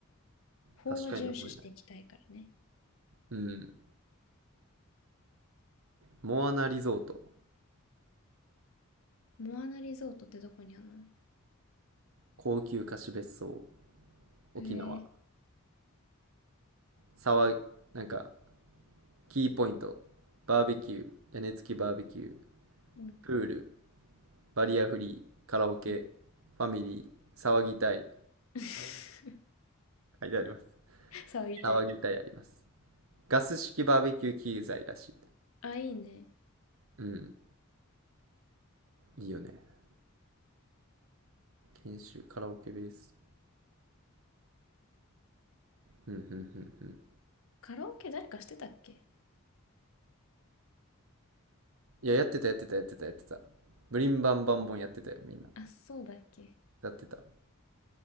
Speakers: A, on the left (about 70°); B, on the right (about 65°).
A: 法は遵守していきたいからね。
B: 確かに登れない。うん。モアナリゾート。
A: モアナリゾートってどこにあんの
B: 高級貸し別荘。沖縄。
A: へえー。
B: 騒い、なんか、キーポイント。バーベキュー。屋根付きバーベキュー。
A: うん。
B: プール。バリアフリー。カラオケ。
A: うん
B: ファミリー。騒ぎたい。
A: <laughs>
B: 書いてあります。
A: さあ、言いたい。
B: 騒ぎたいあります。ガス式バーベキュー機材らしい。
A: あ、いいね。
B: うん。いいよね。研修、カラオケベース。うん、うん、うん、うん。
A: カラオケ誰かしてたっけ
B: いや、やってた、やってた、やってた、やってた。ブリンバンバンボンやってたよ、みんな。
A: あ、そうだっけ
B: やってた。